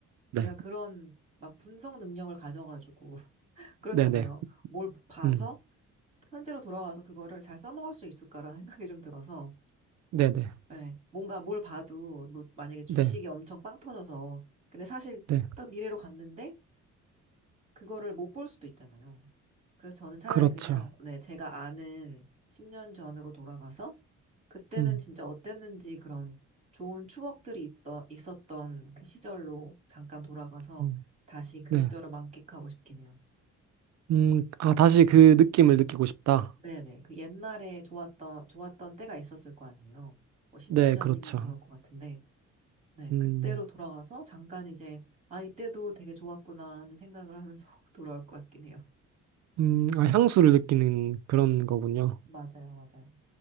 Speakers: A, on the right; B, on the right.
A: 네,
B: 제가 그런 막 분석 능력을 가져가지고, <laughs> 그렇잖아요.
A: 네, 네,
B: 뭘 봐서
A: 음,
B: 현재로 돌아와서 그거를 잘 써먹을 수 있을까라는 생각이 좀 들어서,
A: 네, 네,
B: 네, 뭔가 뭘 봐도, 뭐 만약에 주식이
A: 네,
B: 엄청 빵 터져서, 근데 사실
A: 네,
B: 딱 미래로 갔는데, 그거를 못 볼 수도 있잖아요. 그래서 저는 차라리
A: 그렇죠.
B: 그냥, 네, 제가 아는 10년 전으로 돌아가서, 그때는
A: 음,
B: 진짜 어땠는지 그런 좋은 추억들이 있던, 있었던 그 시절로 잠깐 돌아가서
A: 음,
B: 다시 그
A: 네,
B: 시절을 만끽하고 싶긴 해요.
A: 음, 아, 다시 그 느낌을 느끼고 싶다.
B: 네네. 그 옛날에 좋았던, 좋았던 때가 있었을 거 아니에요. 뭐 10년
A: 네,
B: 전이면
A: 그렇죠.
B: 그럴 것 같은데, 네,
A: 음,
B: 그때로 돌아가서 잠깐 이제, 아, 이때도 되게 좋았구나 하는 생각을 하면서 <laughs> 돌아올 것 같긴 해요.
A: 음, 아, 향수를 느끼는 그런 거군요.
B: 맞아요, 맞아요.